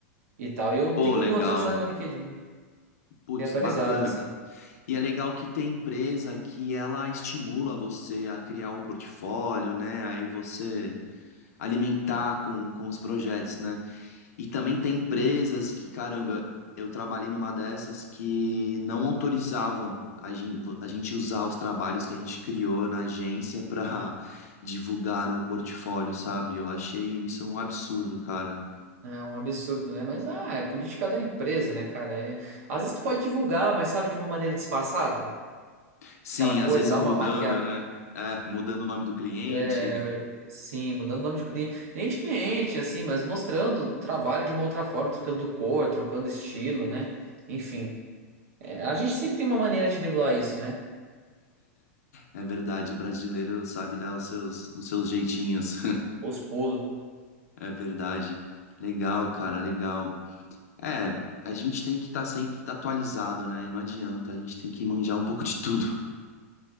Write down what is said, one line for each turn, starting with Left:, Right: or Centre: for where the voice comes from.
Right: E tal, e eu
Left: Pô,
Right: tenho
Left: legal.
Right: atualizado meu LinkedIn,
Left: Putz,
Right: tenho atualizado,
Left: bacana.
Right: assim.
Left: E é legal que tem empresa que ela estimula você a criar o portfólio, né? Aí você alimentar com, com os projetos, né? E também tem empresas que, caramba, eu trabalhei numa dessas que não autorizavam a gente, a gente usar os trabalhos que a gente criou na agência <laughs> pra divulgar no portfólio, sabe? Eu achei isso um absurdo, cara.
Right: É um absurdo, né? Mas, ah, é política da empresa, né, cara? É... Às vezes tu pode divulgar, mas sabe, de uma maneira disfarçada.
Left: Sim,
Right: Aquela coisa,
Left: às vezes
Right: dá
Left: mudando,
Right: uma maquiagem.
Left: né? É, mudando o nome do cliente.
Right: É, sim, mudando o nome de cliente, nem de cliente, assim, mas mostrando o trabalho de uma outra forma, trocando cor, trocando estilo, né? Enfim, é, a gente sempre tem uma maneira de driblar isso, né?
Left: É é verdade, brasileiro sabe dar os seus, os seus jeitinhos. <laughs>
Right: Os pulos.
Left: É verdade. Legal, cara, legal. É, a gente tem que estar sempre tá atualizado, né? Não adianta, a gente tem que manjar um pouco de tudo.